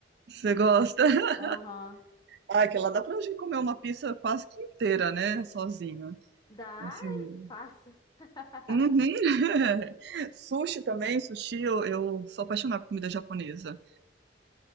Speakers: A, on the right; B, on the left.
A: Você gosta? <laughs>
B: Aham.
A: Ai, que lá dá pra gente comer uma pizza quase que inteira, né? Sozinho.
B: Dá,
A: Assim.
B: ai, fácil. <laughs>
A: Uhum. <laughs> Sushi também, sushi, eu, eu sou apaixonada por comida japonesa.